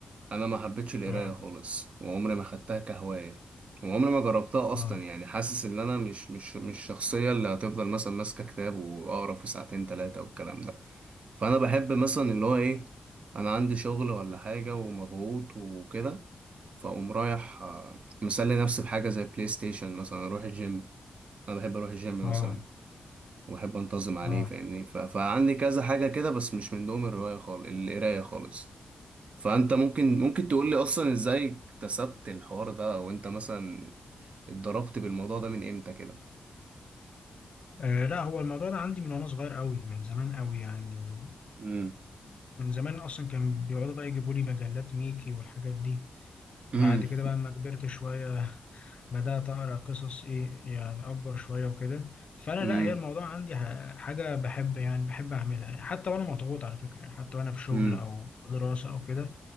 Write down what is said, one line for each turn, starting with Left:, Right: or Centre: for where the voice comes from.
Right: أنا ما حبيتش القراية
Left: آه
Right: خالص وعمري ما خدتها كهواية وعمري ما جربتها أصلا
Left: آه
Right: يعني حاسس إن أنا مش مش مش الشخصية اللي هتفضل مثلا ماسكة كتاب وأقرأ فيه ساعتين تلاتة والكلام ده فانا بحب مثلا اللي هو ايه انا عندي شغل ولا حاجه ومضغوط وكده فاقوم رايح آه، مسلي نفسي بحاجه زي بلاي ستيشن مثلا اروح الجيم انا بحب اروح الجيم
Left: آه
Right: مثلا وبحب انتظم عليه
Left: آه
Right: فاهمني ف... فعندي كذا حاجه كده بس مش من دوم الروايه خالص القرايه خالص فانت ممكن ممكن تقول لي اصلا ازاي اكتسبت الحوار ده او انت مثلا اتضربت بالموضوع ده من امتى كده
Left: آه، لا هو الموضوع ده عندي من وأنا صغير قوي من زمان قوي يعني
Right: امم
Left: من زمان اصلا كان بيقعدوا بقى يجيبوا لي مجلات ميكي والحاجات دي
Right: امم
Left: بعد كده بقى لما كبرت شوية بدأت أقرأ قصص إيه يعني أكبر شوية وكده فأنا
Right: امم
Left: لا هي الموضوع عندي ح- حاجة بحب يعني بحب أعملها يعني حتى وأنا مضغوط على فكرة يعني حتى وأنا في شغل
Right: امم
Left: أو في دراسة أو كده